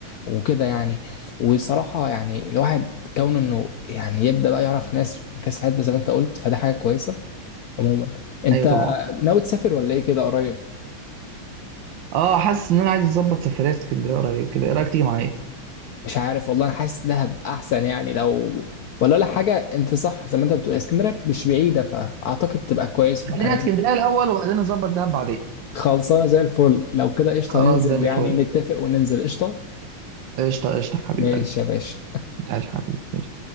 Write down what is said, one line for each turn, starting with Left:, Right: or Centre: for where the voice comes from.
Left: وكده يعني والصراحة يعني الواحد كونه انه يعني يبدأ بقى يعرف ناس في كاس حد زي ما انت قلت فده حاجة كويسة عموما انت
Right: ايوه طبعا
Left: ناوي تسافر ولا ايه كده قريب
Right: اه حاسس ان انا عايز اظبط سفريه اسكندريه قريب كده ايه رايك تيجي معايا
Left: مش عارف والله انا حاسس دهب احسن يعني لو ولا ولا حاجة انت صح زي ما انت بتقول اسكندرية مش بعيدة فاعتقد تبقى كويسة
Right: خلينا
Left: يعني
Right: اسكندريه الاول وبعدين نظبط دهب بعدين
Left: خلصانة زي الفل لو كده قشطة
Right: خلاص
Left: ننزل
Right: زي الفل
Left: يعني نتفق وننزل قشطة
Right: قشطه قشطه حبيب
Left: ماشي
Right: قلبي
Left: يا باشا
Right: عايش حبيبي